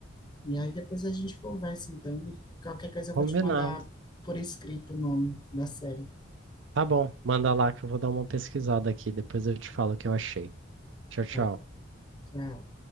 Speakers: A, on the left; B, on the right.
A: e aí depois a gente conversa, então, e qualquer coisa eu
B: Combinado.
A: vou te mandar por escrito o nome da série.
B: Tá bom, manda lá que eu vou dar uma pesquisada aqui, depois eu te falo o que eu achei. Tchau, tchau.
A: Tá, tchau.